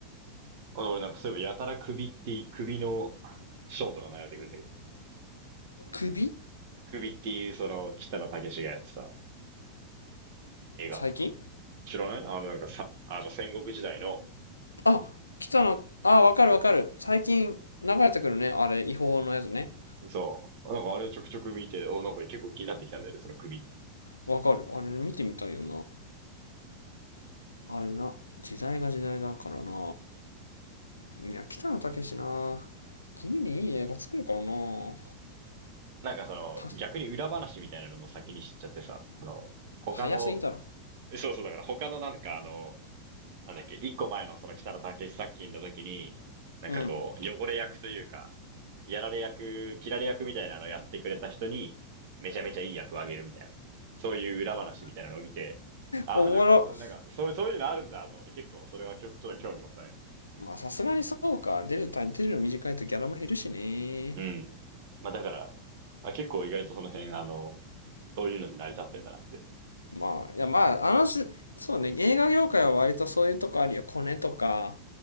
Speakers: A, on the right; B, on the left.
A: 俺俺なんかそういえばやたら首ってい、首のショートが流れてくるんだけど。
B: 首
A: 首っていうその北野武がやってた映画。
B: 最近
A: 知らないあのなんかさ、あの戦国時代の、
B: あ、北野、あ、わかるわかる。最近流れてくるね。あれ、違法のやつね。
A: そう。なんかあれちょくちょく見て、お、なんか結構気になってきたんだよね、その首。
B: わかる。あれ見てみたいよな。あれな、時代が時代だからな。いや、北野武な。地味にいい映画作るからな。
A: なんかその、
B: た、
A: 逆に裏話みたいなのも先に知っちゃってさ、その、他の、
B: 早すぎだろ。
A: えそうそう、だから他のなんかあの、なんだっけ、一個前のその北野武作品の時に、なんかこう、
B: うん。
A: 汚れ役というか、やられ役、切られ役みたいなのをやってくれた人に、めちゃめちゃいい役をあげるみたいな。そういう裏話みたいなのを見て、ああ、
B: おもろ。
A: なんか、そうなんか、そう、そういうのあるんだと思って結構それはきょちょっと興味持ったね。
B: まあ、さすがにそうか。出るタイ、出るの短いとギャラも減るしね。
A: うん。まあだから、あ、結構意外とその辺、あの、そういうので成り立ってんだなって。
B: まあ、いや、まあ、あのし、そうね、映画業界は割とそういうとこあるよ。コネとか、